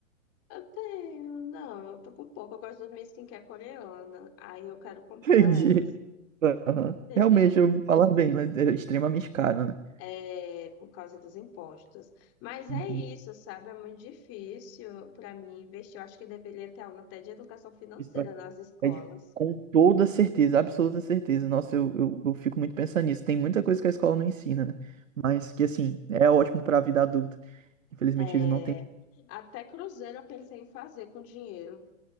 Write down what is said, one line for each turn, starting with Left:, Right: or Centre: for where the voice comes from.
Left: eu tenho, não, eu tô com pouco. Eu gosto das minhas skincare coreana. Aí eu quero
Right: <laughs>
Left: comprar
Right: Entendi.
Left: elas,
Right: Aham.
Left: entendeu?
Right: Realmente, eu ouvi falar bem, mas é extremamente caro, né?
Left: é, por causa dos impostos. Mas é
Right: Uhum.
Left: isso, sabe? É muito difícil para mim investir. Eu acho que deveria ter aula até de educação financeira
Right: Isso é
Left: nas escolas.
Right: é de- com toda certeza, absoluta certeza. Nossa, eu, eu, eu fico muito pensando nisso. Tem muita coisa que a escola não ensina, né? Mas que, assim, é ótimo para a vida adulta. Infelizmente,
Left: É,
Right: eles não têm.
Left: até cruzeiro eu pensei em fazer com dinheiro.